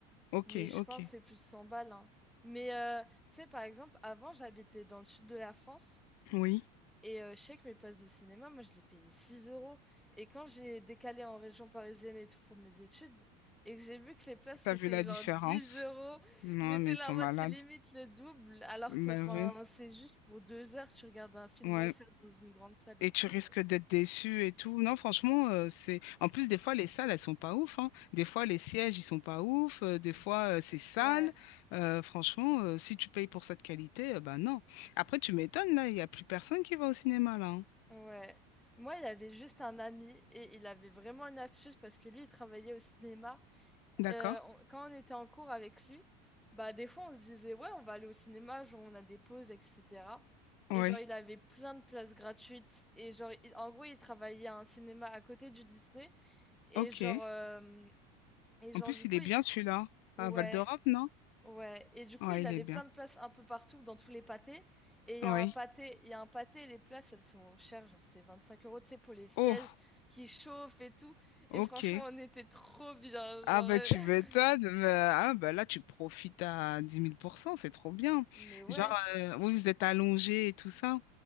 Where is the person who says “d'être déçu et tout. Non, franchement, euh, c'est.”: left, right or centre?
Left